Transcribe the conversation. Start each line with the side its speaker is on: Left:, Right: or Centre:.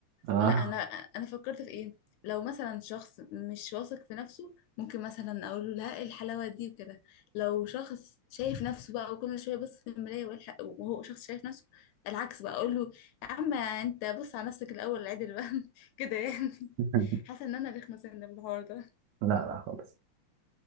Right: آه.
Left: لا انا انا فكرت في ايه لو مثلا شخص مش واثق في نفسه ممكن مثلا اقول له لا إيه الحلاوه دي وكده لو شخص شايف نفسه بقى وكل شويه بص في المرايه ويلحق- وهو شخص شايف نفسه العكس بقى اقول له يا عم انت بص على نفسك الاول عدل بقى <laughs> كده يعني
Right: <laughs>
Left: حاسه ان انا رخمه سنه في الحوار ده
Right: لا لا خالص